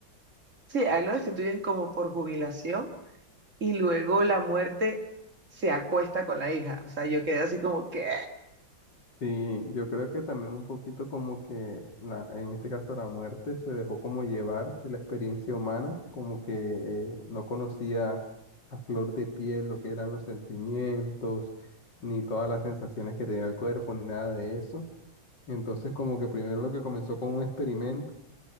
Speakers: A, on the right (about 40°); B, on the left (about 65°).
A: sí, a él lo destituyen como por jubilación y luego la muerte se acuesta con la hija. O sea, yo quedé así como que,
B: Sí, yo creo que también un poquito como que la, en este caso la muerte se dejó como llevar de la experiencia humana, como que eh, no conocía a flor de piel lo que eran los sentimientos, ni todas las sensaciones que tenía el cuerpo, ni nada de eso. Entonces como que primero lo que comenzó con un experimento